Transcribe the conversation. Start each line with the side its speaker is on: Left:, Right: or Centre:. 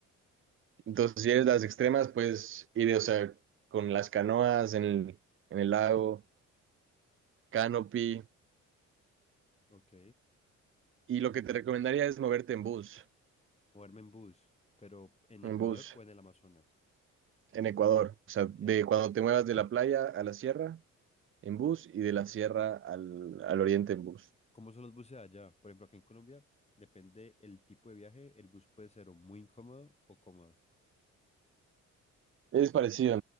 Right: Entonces, si eres las extremas, puedes ir, o sea, con las canoas en el, en el lago, canopy.
Left: Ok,
Right: Y lo que te recomendaría es moverte en bus,
Left: moverme en bus, pero en
Right: en
Left: Ecuador
Right: bus,
Left: o en el Amazonas.
Right: en Ecuador. O sea,
Left: Ok.
Right: de cuando te muevas de la playa a la sierra, en bus, y de la sierra al, al oriente en bus.
Left: ¿Cómo son los buses allá? Por ejemplo, acá en Colombia, depende el tipo de viaje, el bus puede ser o muy incómodo o cómodo.
Right: Es parecido,